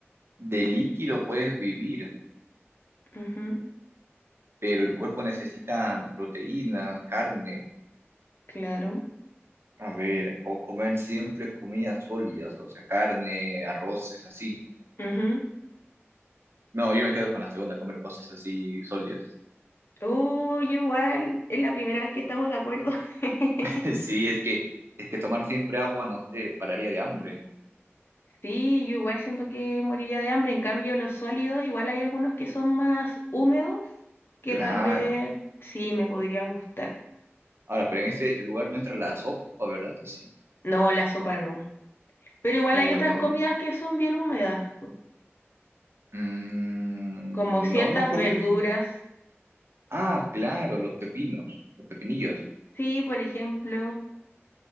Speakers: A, on the right (about 60°); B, on the left (about 55°).
A: de líquido puedes vivir,
B: Ujú,
A: pero el cuerpo necesita proteínas, carne,
B: claro.
A: a ver, o comer siempre comidas sólidas, o sea, carne, arroces, así.
B: Ujú.
A: No, yo me quedo con la segunda, comer cosas así sólidas.
B: Uy, igual, es la primera vez que estamos de acuerdo. <laughs>
A: <laughs> Sí, es que, es que tomar siempre agua no te pararía de hambre.
B: Sí, yo igual siento que moriría de hambre. En cambio, los sólidos, igual hay algunos que son más húmedos, que
A: Claro.
B: tal vez sí me podrían gustar.
A: Ahora, pero en ese lugar no entra la sopa, ¿verdad? ¿O sí?
B: No, la sopa no. Pero igual
A: Uh,
B: hay otras
A: entonces.
B: comidas que son bien húmedas.
A: mm,
B: como ciertas
A: no, no probé
B: verduras.
A: ni- Ah, claro, los pepinos, los pepinillos.
B: Sí, por ejemplo,